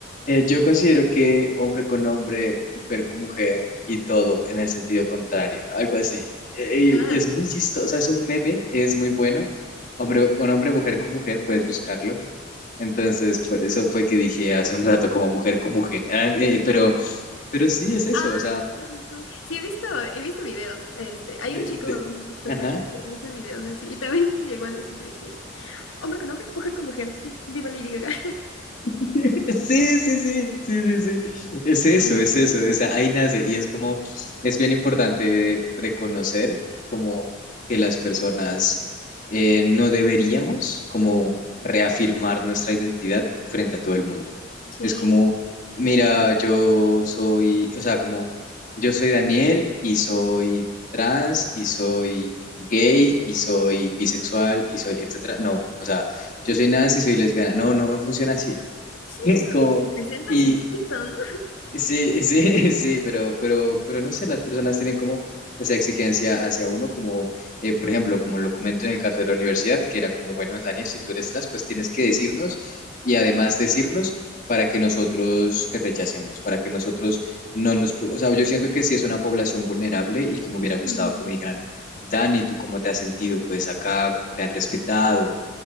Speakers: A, on the left (about 40°); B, on the left (about 85°).
A: eh, yo considero que hombre con hombre, mujer con mujer y todo en el sentido contrario, algo así. Eh,
B: Ajá,
A: y es
B: ¿quién
A: muy chistoso, es un meme, es muy bueno. Hombre con hombre, mujer con mujer,
B: es
A: puedes
B: la mujer.
A: buscarlo. Entonces, por eso fue que dije hace un rato como mujer con mujer. Ah, eh, pero, pero sí es eso,
B: Ah,
A: o sea,
B: con razón. sí, he visto, he visto videos. Este, hay
A: de,
B: un chico,
A: de-
B: un TikToker,
A: ajá.
B: que hace videos así, y también <laughs> llegó a decir de que hombre con hombre, mujer con mujer, viva Lady Gaga.
A: <laughs> Sí, sí, sí, sí, sí, sí. <laughs> Es eso,
B: Ujú.
A: es eso, es, ahí nace y es como, es bien importante reconocer como que las personas eh, no deberíamos como reafirmar nuestra identidad frente a todo el mundo.
B: Sí,
A: Es como, mira, yo soy, o sea, como, yo soy Daniel y soy trans y soy gay y soy bisexual y soy, etcétera. No, o sea, yo soy Nancy y soy lesbiana. No, no, no funciona así.
B: sí,
A: <laughs>
B: eso,
A: Como,
B: te presentas
A: y
B: y listo, ¿no?
A: sí, sí, <laughs> sí, pero, pero, pero no sé, las personas tienen como esa exigencia hacia uno, como, eh, por ejemplo, como lo comento en el caso de la universidad, que era como, bueno, Daniel, si tú eres trans, pues tienes que decirnos y además decirnos para que nosotros te rechacemos, para que nosotros no nos... pro- O sea, yo siento que sí es una población vulnerable y que me hubiera gustado
B: Ujú,
A: que me dijeran, Dani, ¿tú cómo te has sentido? Pues acá te han respetado,